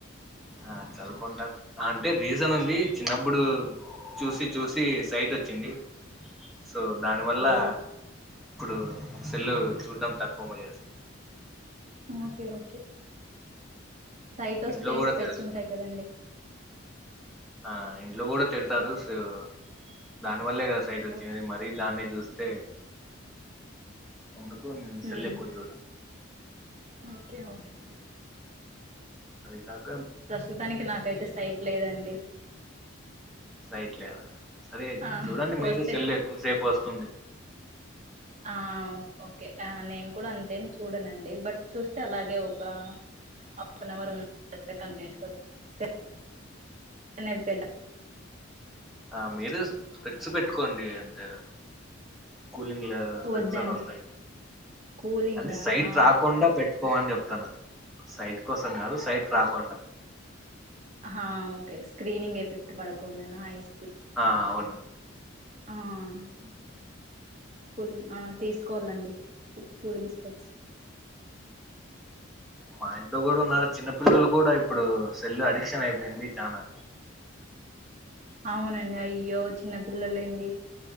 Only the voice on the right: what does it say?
ఓ
ఓకే ఓకే సైట్ వస్తే
స్పెట్స్
ఉంటాయి కదండి
ఓకే
ఉమ్
ఓకే ఓకే అండి
ప్రస్తుతానికి నాకైతే సైట్ లేదండి
ఆ
వస్తే
ఆ ఓకే ఆ నేను కూడా అంతేం చూడనండి బట్ చూస్తే అలాగే ఒక హాఫ్ అన్ అవర్ <unintelligible> అనేది పెద్ద
వద్దండి
కూలింగా
ఆ
ఆ ఓకే స్క్రీనింగ్ ఎఫెక్ట్ పడకుండాన అయిస్ కి
ఆ ఓకే కూలింగ్ ఆ తీసుకోవాలండి కూలింగ్ స్పెట్స్
అవునండి అయ్యో చిన్న పిల్లలేంది